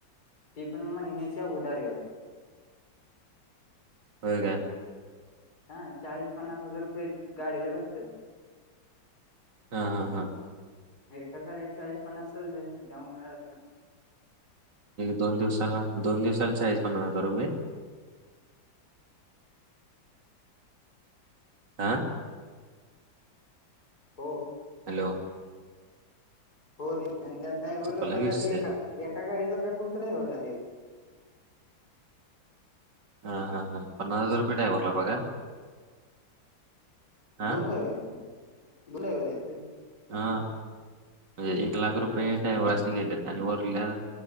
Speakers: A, on the left (about 50°); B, on the right (about 60°).
A: ती पण महिन्याच्या उदारीवर.
B: हो का.
A: हा चाळीस पन्नास हजार रुपये गाडीला भेटतात.
B: हा हा हा.
A: एकागाड्या चाळीस पन्नास भेतो तेव्हा काय.
B: दोन दिवसाला दोन दिवसाला चाज रुपये. आ.
A: हो.
B: हॅलो.
A: हो रे त्यांच्यात डायव्हला
B: संपला
A: पगर
B: की विषय.
A: एक आहे. एका गाडीचं ग फक्त डायव्हरला द्यायचं.
B: हा हा हा पन्ना हजार रुपये ड्रायव्हर ला पगार. हा
A: दोडायवयतो दुडाई वयत र्री <unintelligible>
B: हा एक लाख रुपये. रे डयव्हसने गेले आणि वरल्या